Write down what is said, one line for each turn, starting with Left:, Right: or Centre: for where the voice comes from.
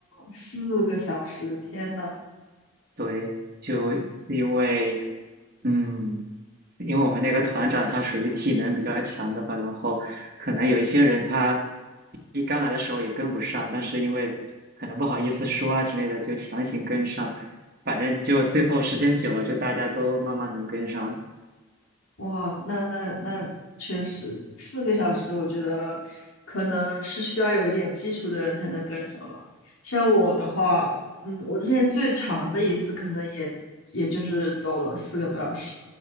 Left: 四个小时！天呐，
Right: 对，就因为，嗯，因为我们那个团长他属于体能比较强的吧，然后可能有一些人他一刚来的时候也跟不上，但是因为可能不好意思说啊之类的，就强行跟上，反正就最后时间久了，就大家都慢慢能跟上。
Left: 哇，那那那确实，四个小时，我觉得可能是需要有一点基础的人才能跟上吧。像我的话，嗯，我之前最长的一次可能也也就是走了四个多小时，